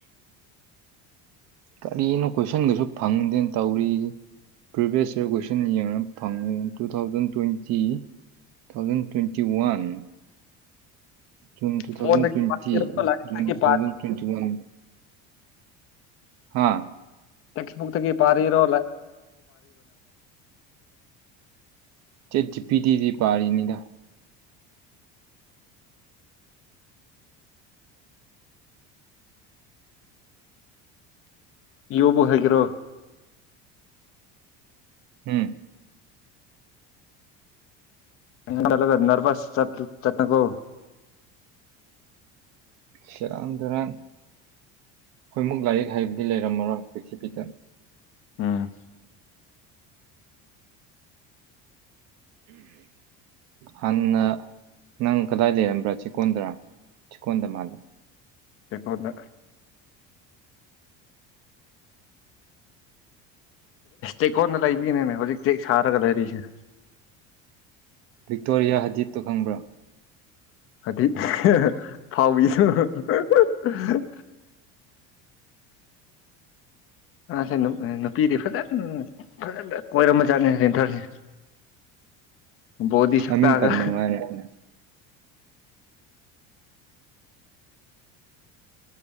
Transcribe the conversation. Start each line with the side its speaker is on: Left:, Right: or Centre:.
Right: ꯀꯔꯤꯅꯣ ꯀꯣꯏꯁꯟꯒꯖꯨ ꯐꯪꯗꯦ ꯇꯧꯔꯤꯁꯦ ꯄ꯭ꯔꯤꯚꯤꯌꯁ ꯌꯔ ꯀꯣꯏꯁꯟ ꯌꯦꯡꯉꯥ ꯐꯪꯉꯦ two thousand twenty two thousand twenty one June two thousand
Left: ꯐꯣꯟꯗꯒꯤ
Right: ꯇ꯭ꯋꯦꯟꯇꯤ
Left: ꯄꯥꯏꯔꯣ ꯂꯥꯏꯔꯤꯛꯇꯒꯤ
Right: ꯖꯨꯟ ꯇꯨ
Left: ꯄꯥꯏ
Right: ꯊꯥꯎꯖꯟ ꯇ꯭ꯋꯦꯟꯇꯤ ꯋꯥꯟ ꯍꯥꯥ
Left: ꯇꯦꯛꯁꯕꯨꯛꯇꯒꯤ ꯄꯥꯔꯤꯔꯣ
Right: ꯆꯦꯠꯖꯤꯄꯤꯇꯤꯗꯒꯤ ꯄꯥꯔꯤꯅꯤꯗ
Left: ꯌꯨꯕꯨ ꯍꯩꯒꯦꯔꯣ
Right: ꯎꯝ
Left: ꯑꯩꯅ ꯆꯠꯂꯒ ꯅꯔꯚ꯭ꯁ ꯆꯠ ꯆꯠꯅꯀꯣ
Right: ꯁꯦꯔꯥꯟ ꯇꯨꯔꯥꯟ ꯈꯣꯏꯃꯨꯛ ꯂꯥꯏꯔꯤꯛ ꯍꯩꯕꯗꯤ ꯂꯩꯔꯝꯃꯔꯣꯏ ꯄ꯭ꯔꯤꯊꯤꯕꯤꯗ
Left: ꯎꯝ
Right: ꯍꯥꯟꯅ ꯅꯪ ꯀꯗꯥꯏ ꯂꯩꯔꯝꯕ꯭ꯔꯥ ꯆꯦꯛꯀꯣꯟꯗꯔꯥ ꯆꯦꯛꯀꯣꯟꯗ ꯃꯥꯜꯂꯦ
Left: ꯆꯦꯛꯀꯣꯟꯗ ꯆꯦꯛꯀꯣꯟꯅ ꯂꯩꯕꯒꯤꯅꯤꯅꯦ ꯍꯧꯖꯤꯛ ꯆꯦꯛ ꯁꯥꯔꯒ ꯂꯩꯔꯤꯁꯦ
Right: ꯕꯤꯛꯇꯣꯔꯤꯌꯥ ꯍꯖꯤꯠꯇꯣ ꯈꯪꯕ꯭ꯔꯥ
Left: ꯍꯥꯏꯗꯤ ꯍꯥꯎꯏ <inaudible> ꯑꯥ ꯍꯟ ꯅꯨꯄꯤꯗꯤ ꯐꯖꯅ ꯎꯪ ꯐꯖꯅ ꯀꯣꯏꯔꯝꯕ ꯖꯥꯠꯅꯤ ꯇꯊꯔꯁꯦ ꯕꯣꯗꯤ ꯁꯛꯇꯥꯒ
Right: ꯃꯃꯤꯡ ꯄꯟꯒꯅꯨ ꯍꯥꯏꯔꯦ ꯑꯩꯅ